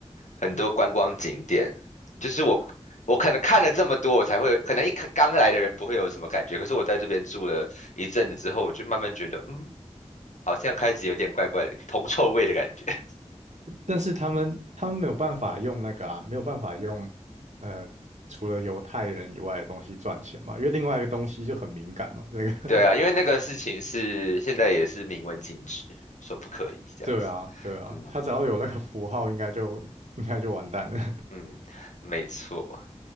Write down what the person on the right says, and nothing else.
但是他们他们没有办法用那个啊，没有办法用呃，除了犹太人以外的东西赚钱嘛，因为另外一个东西就很敏感嘛，那个 <laughs>
对啊对啊，
他只要有那个符号，应该就应该就完蛋了。